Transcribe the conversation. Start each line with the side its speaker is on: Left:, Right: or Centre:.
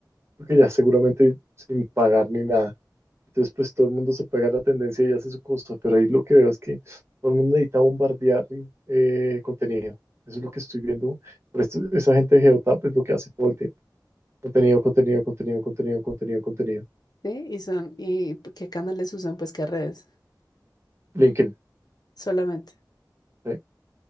Right: creo que ya seguramente sin pagar ni nada. Entonces, pues todo el mundo se pega a la tendencia y hace su cosa, pero ahí lo que veo es que todo el mundo necesita bombardear eh, contenido. Eso es lo que estoy viendo. Pero esto- esa gente de Geotap es lo que hace todo el tiempo. Contenido, contenido, contenido, contenido, contenido, contenido.
Left: Sí, y son, ¿y p- qué canales usan? Pues qué redes,
Right: LinkedIn.
Left: solamente.
Right: eh,